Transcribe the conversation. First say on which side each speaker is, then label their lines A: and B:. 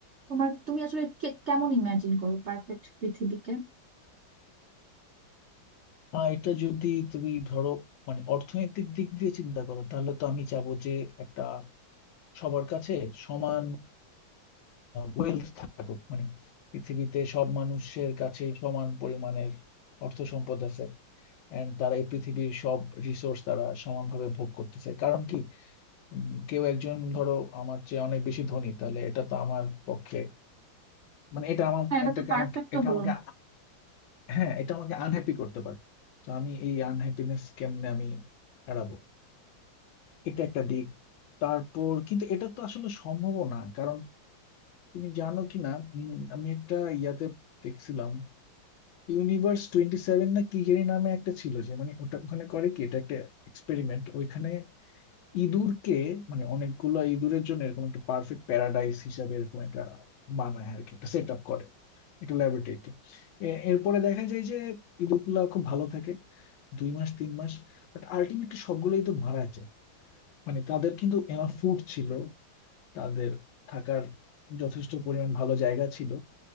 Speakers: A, on the right; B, on the left.
A: তোমার তুমি আসলে কে- কেমন ইমাজিন করো পারফেক্ট পৃথিবীকে
B: আর এটা যদি তুমি ধরো মানে অর্থনৈতিক দিক দিয়ে চিন্তা করো তাহলে তো আমি চাবো যে একটা সবার কাছে সমান ওয়েলথ থাকুক মানে পৃথিবীতে সব মানুষের কাছেই সমান পরিমাণের অর্থ সম্পদ আছে এন্ড তারা এই পৃথিবীর সব রিসোর্স তারা সমানভাবে ভোগ করতেছে কারণ কি উম, কেউ একজন ধরো আমার চেয়ে অনেক বেশি ধনী তাহলে এটা তো আমার পক্ষে মানে এটা আমার
A: হ্যাঁ এটা
B: এটাকে
A: তো পারফেক্ট
B: আমাকে এটা
A: হলো
B: আমাকে
A: না
B: হ্যাঁ এটা আমাকে আনহ্যাপি করতে পারে তো আমি এই আনহ্যাপিনেস কেমনে আমি এড়াবো এটা একটা দিক তারপর কিন্তু এটা তো আসলে সম্ভব না কারণ তুমি জানো কি না উম, আমি একটা ইয়াতে দেখছিলাম ইউনিভার্স টোয়েন্টি সেভেন না কি জানি নামে একটা ছিল যে মানে ওটা ওখানে করে কি এটা একটা এক্সপেরিমেন্ট ওইখানে ইঁদুরকে মানে অনেকগুলা ইঁদুরের জন্য এরকম একটা পারফেক্ট প্যারাডাইস হিসাবে এরকম একটা বানায় আর কি একটা সেট আপ করে একটা ল্যাবরেটরিতে এরপরে দেখা যায় যে ইঁদুরগুলা খুব ভালো থাকে দুই মাস তিন মাস বাট আলটিমেটলি সবগুলোই তো মারা যায় মানে তাদের কিন্তু এনাফ ফুড ছিল তাদের থাকার যথেষ্ট পরিমাণ ভালো জায়গা ছিল